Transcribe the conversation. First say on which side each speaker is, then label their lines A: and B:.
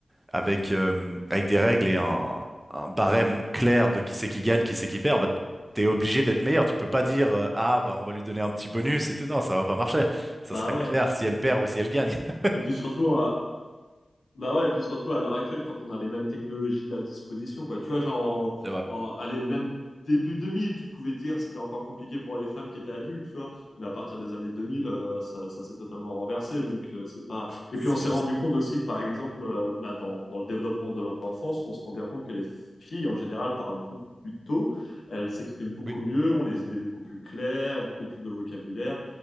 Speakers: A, on the right; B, on the left.
A: avec, euh, avec des règles et un, un barème
B: ouais.
A: clair de qui c'est qui gagne, qui c'est qui perd, bah, t'es obligé d'être meilleur. Tu peux pas dire euh, ah bah on va lui donner un petit bonus et tout. Non, ça va pas marcher. Ça
B: Bah
A: sera
B: ouais.
A: clair si elle perd ou si elle gagne. <laughs>
B: Et puis surtout, à... bah ouais, et puis surtout à l'heure actuelle, quand on a les mêmes technologies à disposition, quoi. Tu vois, genre,
A: C'est vrai,
B: en, en- allez, même début 2000, tu pouvais dire c'était encore compliqué pour les femmes qui étaient adultes, tu vois. Mais à partir des années 2000, euh, ça, ça s'est totalement renversé. Donc, euh, c'est pas. Et
A: c'est
B: puis, on s'est
A: juste.
B: rendu compte aussi que, par exemple, euh, bah, dans, dans le développement de l'enfance, on se rend bien compte que les filles, en général, parlent beaucoup plus tôt. Elles s'expriment beaucoup
A: Oui,
B: mieux, ont les idées beaucoup plus claires, beaucoup plus de vocabulaire.